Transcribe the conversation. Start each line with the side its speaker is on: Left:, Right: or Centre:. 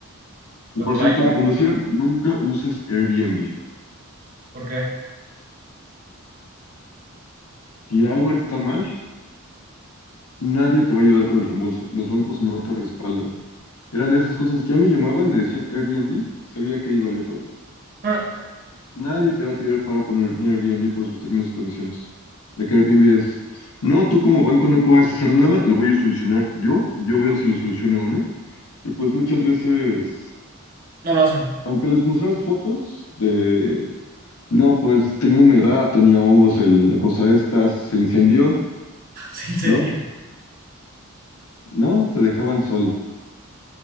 Left: Y
Right: pero
Left: por
Right: por
Left: cierto,
Right: ahí va,
Left: recomendación, nunca uses Airbnb.
Right: porque
Left: Si algo está mal, nadie te va a ayudar con el reembolso. Los bancos no te respaldan. Eran de esas cosas. Ya me llamaban, me decían Airbnb, sabía que ahí valió todo.
Right: ah,
Left: Nadie te va a tirar paro con Air- Airbnb por sus términos y condiciones. De que Airbnb es, no, tú como banco no puedes hacer nada, lo voy a solucionar yo, yo veo si lo soluciono o no. Y pues muchas veces,
Right: no lo hacen,
Left: aunque les muestras fotos de, no, pues tenía humedad, tenía hongos, el- la cosa esta, se incendió,
Right: <laughs> se incendió.
Left: no, no, te dejaban solo.